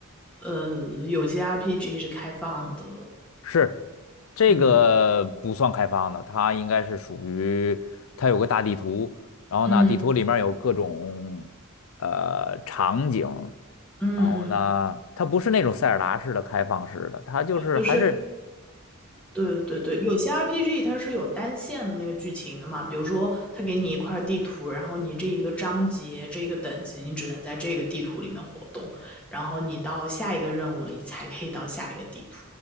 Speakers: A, in the centre; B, on the left (about 70°).
A: 呃，有些 RPG 是开放的，
B: 是，这个不算开放的，
A: 嗯
B: 它应该是属于它有个大地图，然后呢，
A: 嗯
B: 地图里面有各种呃场景，
A: 嗯嗯，
B: 然后呢，它不是那种塞尔达式的开放式的，它就是还是
A: 就是对对对，有些 RPG 它是有单线的那个剧情的嘛，比如说它给你一块地图，然后你这一个章节、这一个等级，你只能在这个地图里面活动，然后你到下一个任务了，你才可以到下一个地图。